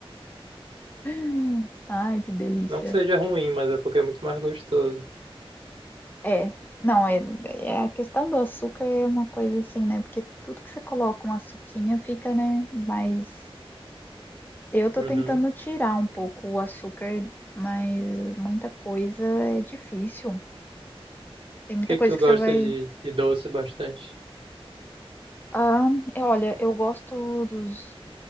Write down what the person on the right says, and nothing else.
Não que seja ruim, mas é porque é muito mais gostoso.
Uhum.
que é
que tu
gosta
de, de doce bastante?